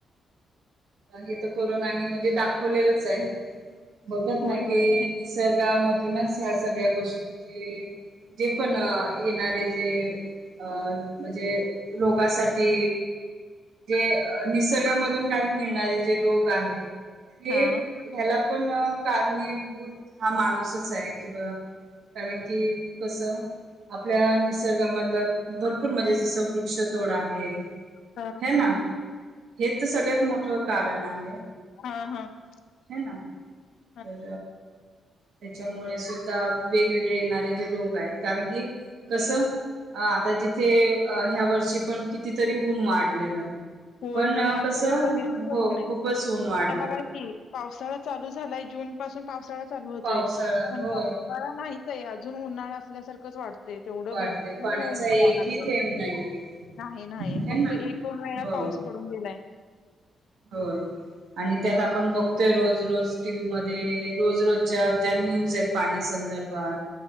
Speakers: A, on the right; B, on the left.
A: हे तर कोरोनानी म्हणजे दाखवलेलंच आहे. बघत
B: होय
A: ना
B: होय.
A: कि निसर्गामधूनच ह्या सगळ्या गोष्टी, ज जे पण येणारे जे, अ म्हणजे रोगासाठी जे निसर्गामधून काही मिळणारे जे रोग आहेत हे
B: हा
A: ह्याला पण कारणीभूत हा माणूसच आहे किंवा कारण की कसं आपल्या निसर्गामधलं भरपूर म्हणजे जसं वृक्ष तोड आहे
B: हा
A: ह ना हेच सगळ्यात मोठं कारण आहे.
B: हा-हा <inaudible>
A: हे ना तर त्याच्यामुळे सुद्धा वेगवेगळे येणारे जे रोग आहेत. कारण की कसं आता जिथे ह्या वर्षी पण किती, तरी ऊन वाढलेलं
B: होय-होय
A: पण
B: ह्या
A: कसं
B: वर्षी भयंकर
A: हो
B: ऊनय
A: खूपच ऊन वाढलं
B: आता बघा की पावसाळा चालू झालाय जून पासून पावसाळा चालू होतोय
A: पावसाळा
B: पण
A: होय
B: पावसाळा नाहीय अजून उन्हाळा असल्यासारखंच वाढत ते तेवढं
A: वाढते
B: भरपूर
A: पाण्याचा
B: ऊन पडायला
A: एकही
B: लागलं
A: थेंब नाहीये
B: नाही नाही
A: है
B: फक्त
A: ना
B: तर एक दोन वेळा
A: हो
B: पाऊस पडून गेलाय
A: होय आणि
B: होय.
A: त्यात आपण बघतोय रोज रोज टीव्ही मध्ये, ते रोज रोजच्या ज्या न्यूज य पाण्या संदर्भात